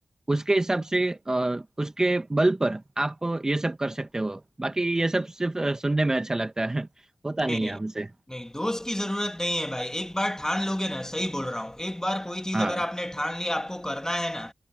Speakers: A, on the right; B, on the left.
A: उसके हिसाब से अ, उसके बल पर आप ये सब कर सकते हो बाकी ये सब सिर्फ अ, सुनने में अच्छा लगता है <laughs> होता नहीं
B: नहीं
A: है हमसे
B: नहीं दोस्त की जरूरत नहीं है भाई एक बार ठान लोगे ना सही बोल रहा हूँ एक बार कोई चीज
A: हाँ
B: अगर आपने ठान ली आपको करना है ना